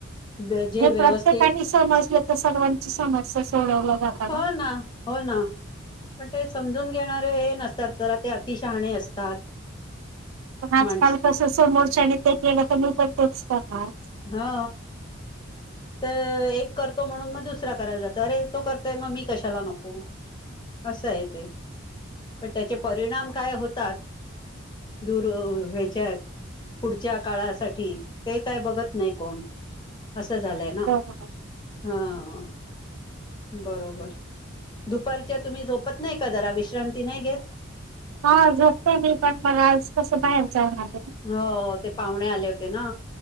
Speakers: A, on the left; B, on the right.
A: ब- जे
B: हे
A: व्यवस्थित
B: प्रत्येकानी समजलं तर, सर्वांची समस्या सोडवल्या जाता
A: हो
B: ना.
A: हो ना पण ते समजून घेणारे हे नसतात, जरा ते अतिशहाणे असतात.
B: पण आजकाल
A: माणस
B: कस समोरच्याने ते केलं तर, मी पण तेच करणारं. काय?
A: हा. तर एक करतो म्हणून, मग दुसरा करायला जातो. अरे तो करतोय मग मी कशाला नको असं आहे ते, पण त्याचे परिणाम काय होतात, दूर ह्याच्यात पुढच्या काळासाठी ते काय बघत नाही कोण असं असं झालयं ना,
B: बरोबर.
A: ह ह. बरोबर दुपारच्या तुम्ही झोपत नाही का जरा, विश्रांती नाही घेत?
B: हा झोपते मी पण, मग आज कसं बाहेर जाव लागलं.
A: हो ते पाहुणे आले होते ना.